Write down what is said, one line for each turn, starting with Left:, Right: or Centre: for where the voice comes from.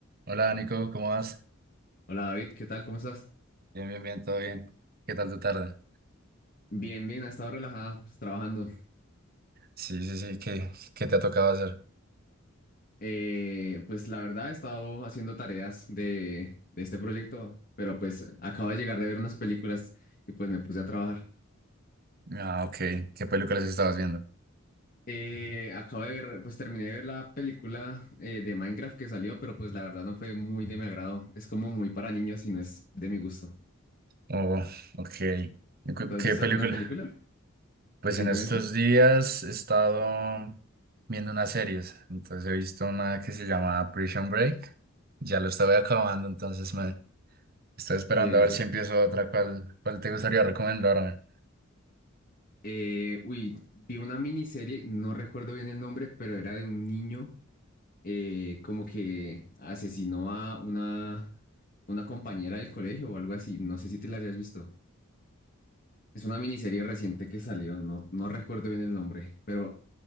Right: Hola Nico, ¿cómo vas?
Left: Hola David, ¿qué tal? ¿Cómo estás?
Right: Bien, bien, bien, todo bien. ¿Qué tal tu tarde?
Left: Bien, bien, ha estado relajada, pues, trabajando.
Right: Sí, sí, sí, ¿qué, qué te ha tocado hacer?
Left: Eh, pues la verdad he estado haciendo tareas de, de este proyecto, pero pues acabo de llegar de ver unas películas y pues me puse a trabajar.
Right: Ah, ok. ¿Qué películas estabas viendo?
Left: Eh, acabo de ver, pues terminé de ver la película eh, de Minecraft que salió, pero pues la verdad no fue muy de mi agrado. Es como muy para niños y no es de mi gusto.
Right: Oh, ok. ¿Y cu-
Left: ¿Tú has
Right: ¿Qué
Left: visto
Right: película?
Left: alguna película
Right: Pues
Left: recientemente?
Right: en estos días he estado viendo unas series. Entonces he visto una que se llama Prison Break. Ya lo estaba acabando, entonces me estoy esperando
Left: Eh,
Right: a ver si empiezo otra. ¿Cuál, cuál te gustaría recomendarme?
Left: eh, uy, vi una miniserie, no recuerdo bien el nombre, pero era de un niño eh, como que asesinó a una, una compañera del colegio o algo así. No sé si te la hayas visto. Es una miniserie reciente que salió, no, no recuerdo bien el nombre, pero